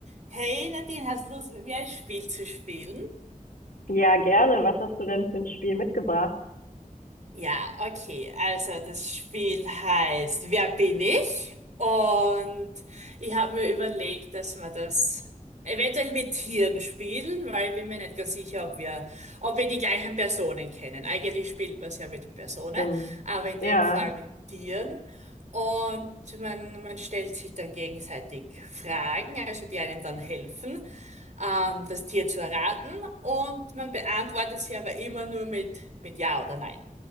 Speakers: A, on the right (about 60°); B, on the left (about 80°).
A: Hey Nadine, hast du Lust, mit mir ein Spiel zu spielen?
B: Ja, gerne. Was hast du denn für ein Spiel mitgebracht?
A: Ja, okay. Also das Spiel heißt Wer bin ich? Und ich habe mir überlegt, dass wir das eventuell mit Tieren spielen, weil ich bin mir nicht ganz sicher, ob wir, ob wir die gleichen Personen kennen. Eigentlich spielt man es ja mit Personen,
B: Stimmt.
A: aber in dem
B: Ja,
A: Fall mit Tieren. Und man, man stellt sich dann gegenseitig Fragen, also die einem dann helfen, ähm, das Tier zu erraten. Und man beantwortet sie aber immer nur mit, mit Ja oder Nein.